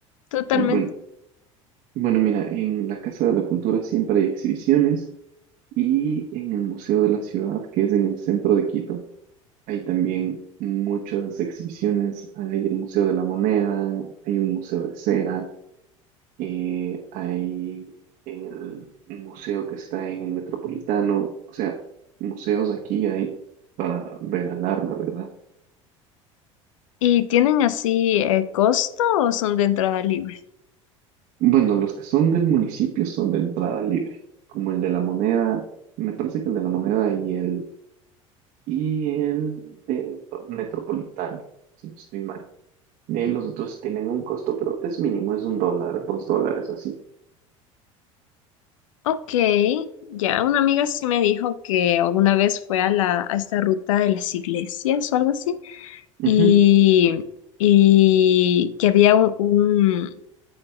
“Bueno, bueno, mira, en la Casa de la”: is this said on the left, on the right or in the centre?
Right